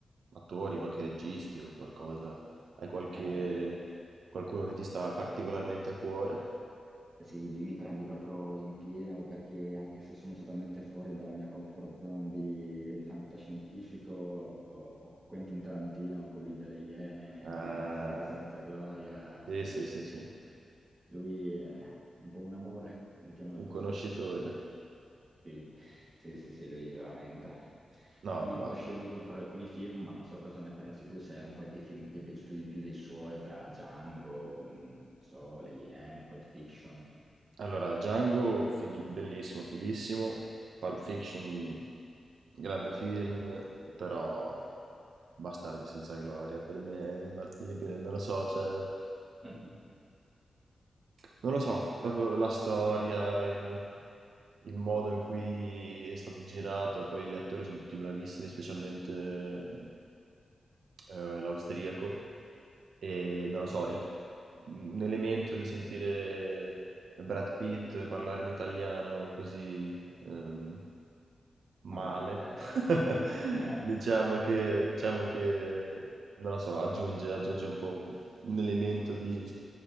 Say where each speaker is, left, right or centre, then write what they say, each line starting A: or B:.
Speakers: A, on the right (about 85°); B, on the right (about 25°).
A: attori o anche registi o qualcosa, hai qualche
B: Ehm,
A: qualcuno che ti sta particolarmente a cuore?
B: Sì, lì mi prendi proprio in pieno perché anche se sono totalmente fuori dalla mia comfort zone di fantascientifico, oh, Quentin Tarantino, colui delle Iene,
A: Ah,
B: di Bastardi senza gloria,
A: sì,
B: e
A: sì, sì, sì,
B: <laughs> lui è un po' un amore, mettiamola
A: un
B: così.
A: conoscitore.
B: Sì, sì, sì, sì, lui veramente.
A: No,
B: Mi
A: ma
B: è un po' sceso per alcuni film, ma non so cosa ne pensi tu, se è un qualche film che ti è piaciuto di più dei suoi, tra Django, mh, non so, Le Iene, Pulp Fiction.
A: Allora, Django, fighi- bellissimo, fighissimo. Pulp Fiction, grande film, però Bastardi senza gloria, per me è imbattibile, non lo so, cioè...
B: Mhm.
A: Non lo so, proprio la storia, il, il modo in cui è stato girato, poi gli attori sono tutti bravissimi, specialmente eh, l'austriaco e non lo so, il- un elemento di sentire Brad Pitt parlare in italiano così ehm, male,
B: No, veramente
A: <laughs>
B: è, è unico. <laughs>
A: diciamo che, diciamo che, non lo so, aggiunge, aggiunge un po' un, un elemento di